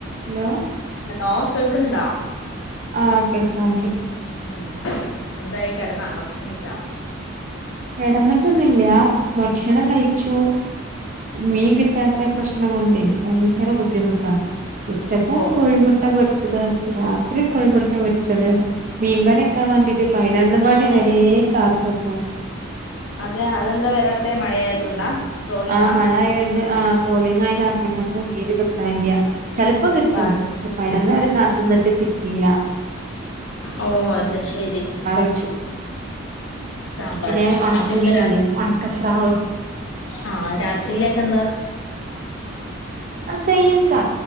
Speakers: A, on the right (about 40°); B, on the left (about 65°).
A: Hello
B: hello കെ ക് ന്നുണ്ടോ
A: ആ കേൾക്കാണ്ട്
B: ഉം എന്തായി കിടന്നാ ഭക്ഷണം കഴിച്ചാ
A: കിടന്നിട്ടൊന്നില്ല ഭക്ഷണം കഴിച്ചു മീൻ കിട്ടാത്ത പ്രശ്നം കൊണ്ടേ ഭയങ്കര ബുദ്ധിമുട്ടാണ് ഉച്ചക്കും
B: ഓ
A: കോഴിമുട്ട പൊരി ച്ചത് <unintelligible> രാത്രിയും കോയിമുട്ട പൊരിച്ചത് മീൻകറി വെക്കാൻ വേണ്ടീട്ട് പയ്നൊന്ന്
B: മീന്
A: മണി വരേ കാ <unintelligible>
B: അതെ അതെന്താ വരാത്തെ മഴയായതുകൊണ്ടാ ട്രോളിങ്ങാ
A: ആ മഴ ആയതൊണ്ട് ആ ട്രോളിംഗ് ആയ കാരണം കൊണ്ട് മീന് കിട്ടാനില്ല ചിലപ്പം
B: കിട്ടാന്
A: കിട്ടും പക്ഷേ പതിനൊന്ന് വരെ കാത്ത് നിന്നിട്ട് കി ട്ടീല
B: ആ ഓ അത് ശരി
A: വെച്ചു
B: സാമ്പാറ്
A: പിന്നെ ഒണക്കമീനില്ലേ
B: അത് ഇപ്പൊ രാ
A: ഒണക്കസ്രാവ്
B: ആ രാത്രിയിലേക്ക്‌ എന്താ
A: അ സെയിം സാ